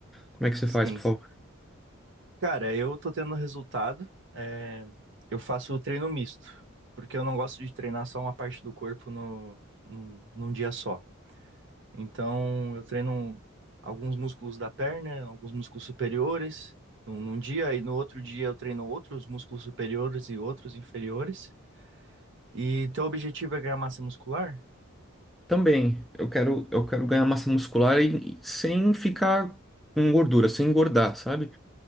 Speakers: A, in the centre; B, on the right.
A: Como é que você
B: Sim.
A: faz, por favor?
B: Cara, eu tô tendo resultado. é, eu faço o treino misto, porque eu não gosto de treinar só uma parte do corpo no, num, num dia só. Então, eu treino alguns músculos da perna, alguns músculos superiores num, num dia, e no outro dia eu treino outros músculos superiores e outros inferiores. E teu objetivo é ganhar massa muscular?
A: Também, eu quero, eu quero ganhar massa muscular e, e sem ficar com gordura, sem engordar, sabe?